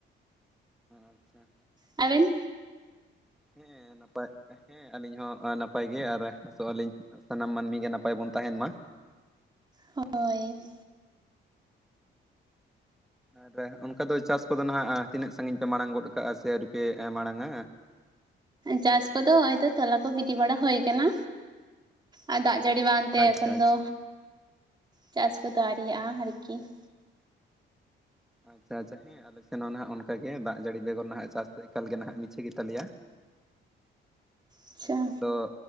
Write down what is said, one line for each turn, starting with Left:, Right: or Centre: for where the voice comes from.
Centre: ᱟᱪᱪᱷᱟ
Right: ᱟᱵᱤᱱ
Centre: ᱦᱮᱸ ᱱᱟᱯᱟᱭ ᱦᱮᱸ ᱟᱹᱞᱤᱧ ᱦᱚᱸ ᱱᱟᱯᱟᱭ ᱜᱮ᱾ ᱟᱨ ᱦᱚᱥᱚ-ᱜ ᱟᱹᱞᱤᱧ ᱥᱟᱱᱟᱢ ᱢᱟᱹᱱᱢᱤ ᱜᱮ᱾ ᱱᱟᱯᱟᱭ ᱵᱚᱱ ᱛᱟᱦᱮᱱ ᱢᱟ᱾
Right: ᱦᱳᱭ
Centre: ᱟᱨ ᱚᱱᱠᱟ ᱫᱚ ᱪᱟᱥ ᱠᱚᱼᱫᱚ ᱱᱟ᱾ ᱦᱟᱜ ᱛᱤᱱᱟᱹᱜ ᱥᱟᱺᱜᱤᱧ ᱯᱮ ᱢᱟᱲᱟᱝ ᱜᱚᱫ ᱠᱟᱜᱼᱟ᱾ ᱥᱮ ᱟᱹᱣᱨᱤ ᱯᱮ ᱢᱟᱲᱟᱝᱼᱟ᱾
Right: ᱪᱟᱥ ᱠᱚᱼᱫᱚ ᱱᱚᱜ ᱚᱭ ᱛᱚ, ᱛᱚᱞᱟ ᱠᱚ ᱜᱤᱰᱤ ᱵᱟᱲᱟ ᱦᱩᱭ ᱟᱠᱟᱱᱟ᱾ ᱟᱨ ᱫᱟᱜ ᱡᱟᱹᱲᱤ ᱵᱟᱝᱛᱮ,
Centre: ᱟᱪᱪᱷᱟ
Right: ᱮᱠᱷᱚᱱ
Centre: ᱟᱪᱪᱷᱟ
Right: ᱫᱚ ᱪᱟᱥ ᱠᱚᱼᱫᱚ ᱟᱨᱮᱭᱟᱜᱼᱟ᱾ ᱟᱨᱠᱤ ᱾
Centre: ᱟᱪᱪᱷᱟ ᱟᱪᱪᱷᱟ ᱦᱮᱸ ᱟᱞᱮᱱ ᱦᱚᱸ ᱱᱟᱦᱟ-ᱜ ᱚᱱᱠᱮ ᱫᱟᱜ ᱡᱟᱹᱲᱤ ᱵᱮᱜᱽᱚᱨ ᱦᱟᱸᱜ, ᱪᱟᱥ ᱫᱚ ᱮᱠᱟᱞ ᱜᱮ ᱱᱟᱦᱟ-ᱜ ᱢᱤᱪᱷᱟᱹ ᱜᱮᱛᱟᱞᱮᱭᱟ ᱾
Right: ᱟᱪᱪᱷᱟ
Centre: ᱮᱸ ᱢᱮᱱᱫᱚᱸ